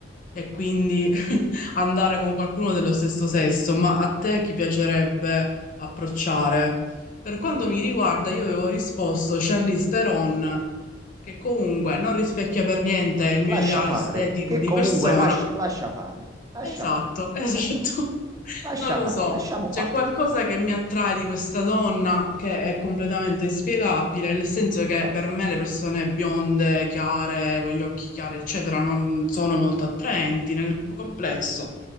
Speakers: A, on the left (about 45°); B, on the right (about 20°).
A: e quindi andare con qualcuno dello stesso sesso, ma a te chi piacerebbe approcciare? Per quanto mi riguarda, io avevo risposto Charlize Theron, che comunque non rispecchia per niente il mio
B: Lascia
A: ideale
B: fare,
A: estetico
B: che
A: di
B: comunque
A: persona,
B: lascia, lascia fare, lascia
A: Esatto,
B: fare,
A: esatto.
B: lascia fare,
A: <laughs>
B: lascia
A: Non lo
B: fare,
A: so.
B: lasciamo
A: C'è
B: fare.
A: qualcosa che mi attrae di questa donna che è completamente inspiegabile, nel senso che per me le persone bionde, chiare, con gli occhi chiari, eccetera, non sono molto attraenti nel complesso.